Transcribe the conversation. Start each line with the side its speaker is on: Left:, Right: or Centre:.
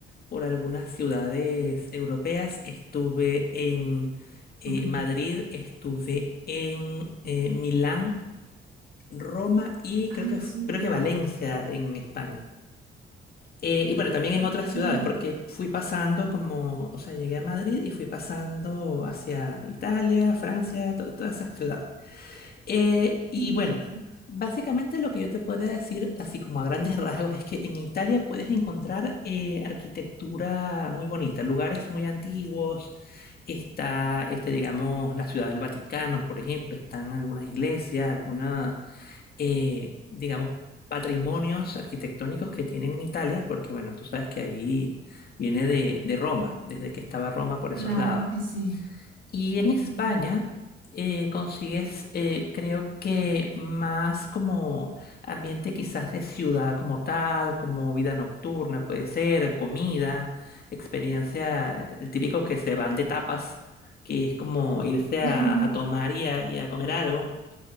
Left: por algunas ciudades europeas. Estuve en eh,
Right: Ok.
Left: Madrid, estuve en eh, Milán, Roma y
Right: Ay,
Left: creo que, f-
Right: súper.
Left: creo que Valencia en España. Eh, y bueno, también en
Right: Ok,
Left: otras ciudades,
Right: sí
Left: porque fui pasando como, o sea, llegué a Madrid y fui pasando hacia Italia, Francia, to- todas esas ciudades. Eh, y
Right: que
Left: bueno,
Right: eso. cerca.
Left: básicamente lo que yo te podría decir, así como a grandes rasgos, es que en Italia puedes encontrar eh, arquitectura muy bonita, lugares muy antiguos. Está, este, digamos, la Ciudad del Vaticano, por ejemplo, están algunas iglesias, algunas, eh, digamos, patrimonios arquitectónicos que tienen en Italia, porque bueno, tú sabes que ahí viene de, de Roma, desde que estaba Roma por esos
Right: Claro
Left: lados.
Right: que sí,
Left: Y en España
Right: sí, sí, sí.
Left: eh, consigues, eh, creo que más como ambiente quizás de ciudad como tal, como vida nocturna puede ser, comida, experiencia, el típico que se van de tapas, que es como irse
Right: <laughs>
Left: a, a tomar y a, y a comer algo.